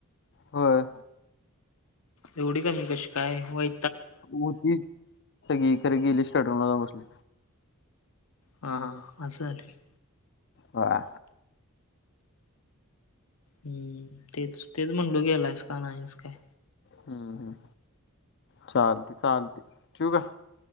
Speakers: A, on the left; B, on the left.
A: होय.
B: एवढी कमी कशी काय? व
A: होती सगळी खर गेली स्टार्टनला जाऊ बसली.
B: हां हां हां असं झालंय.
A: हा.
B: हं तेच. तेच म्हणलो गेला आहेस का नाहीस काय?
A: हं हं. चालते चालते. ठेऊ का?